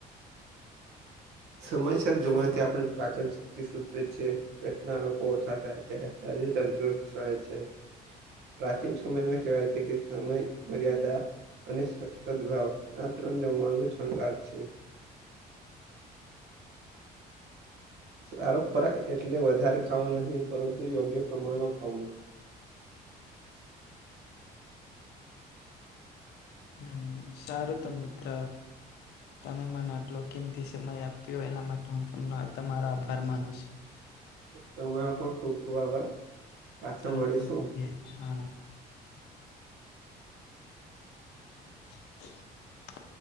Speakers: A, on the right; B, on the left.
A: સમયસર જવા કે આપણે પાચન. સુધ છે પેટના ર ઓછા થાય છે શરીર તંદુરસ્ત રહે છે. પ્રાચીન સમયમાં કહેવાય છે કે સમય મર્યાદા અને સદભાવ આ ત્રણ જમવાનું છણગાર છે. સારો ખોરાક એટલે વધારે ખાવા ન પરંતુ યોગ્ય પ્રમાણમાં ખાવું.
B: હમ સારું ત મિત્ર તમે મને આટલો કિમતી સમય આપ્યો હો એના માટે હું તમ તમારો આભાર માનું છું.
A: તમારા પણ ખુબ ખુબ આભાર પાછા
B: ચાલો
A: મળીશું.
B: તો મળીએ હા <unintelligible>